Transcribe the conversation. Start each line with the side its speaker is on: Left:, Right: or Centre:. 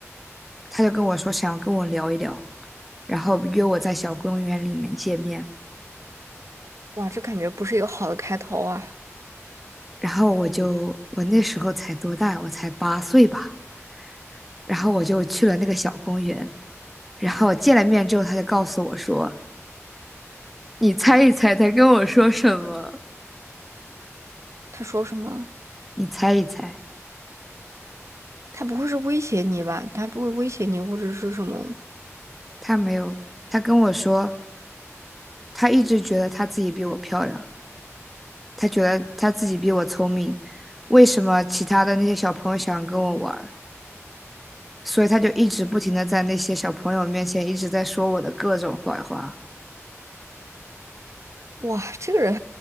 Centre: 他就跟我说想要跟我聊一聊，然后约我在小公园里面见面，
Right: 哇，这感觉不是一个好的开头啊。
Centre: 然后我就我那时候才多大，我才八岁吧，然后我就去了那个小公园，然后见了面之后，他就告诉我说，你猜一猜他跟我说什么？
Right: 他说什么？
Centre: 你猜一猜，
Right: 他不会是威胁你吧？他不会威胁你，或者是什么？
Centre: 他没有，他跟我说。他一直觉得他自己比我漂亮，他觉得他自己比我聪明。为什么其他的那些小朋友想跟我玩儿？所以他就一直不停的在那些小朋友面前一直在说我的各种坏话，
Right: 哇，这个人，